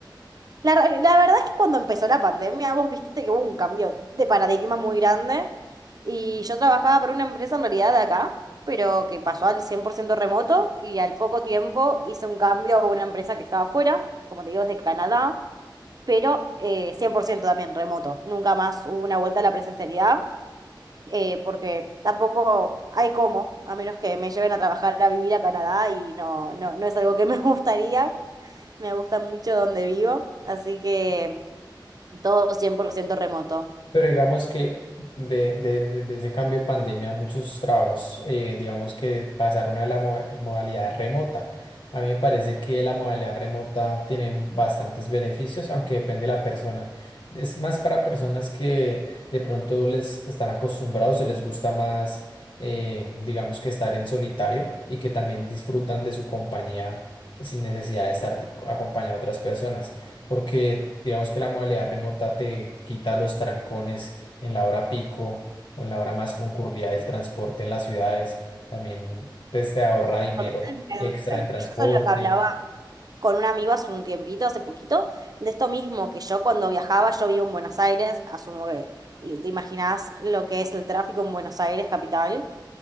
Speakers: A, on the right (about 50°); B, on the left (about 70°).
A: la, ra- la verdad es que cuando empezó la pandemia, vos viste que hubo un cambio de paradigma muy grande y yo trabajaba para una empresa en realidad de acá, pero que pasó al 100% remoto y al poco tiempo hice un cambio a una empresa que estaba afuera, como te digo, desde Canadá, pero eh, 100% también remoto. Nunca más hubo una vuelta a la presencialidad eh, porque tampoco hay cómo, a menos que me lleven a trabajar a vivir a Canadá y no, no, no es algo que me <laughs> gustaría. Me gusta mucho donde vivo, así que... Todo 100% remoto.
B: Pero digamos que de, de- de- de ese cambio de pandemia, muchos trabajos, eh, digamos que pasaron a la mo- modalidad remota. A mí me parece que la modalidad remota tiene bastantes beneficios, aunque depende de la persona. Es más para personas que de pronto les están acostumbrados, se les gusta más, eh, digamos que estar en solitario y que también disfrutan de su compañía sin necesidad de estar acompañado de otras personas porque digamos que la modalidad remota te quita los trancones en la hora pico o en la hora más concurrida del transporte en las ciudades, también pues, te ahorra dinero
A: Totalmente.
B: extra
A: Yo
B: en transporte.
A: eso es lo que hablaba. Con un amigo hace un tiempito, hace poquito, de esto mismo, que yo cuando viajaba, yo vivo en Buenos Aires, asumo que y te imaginás lo que es el tráfico en Buenos Aires, capital.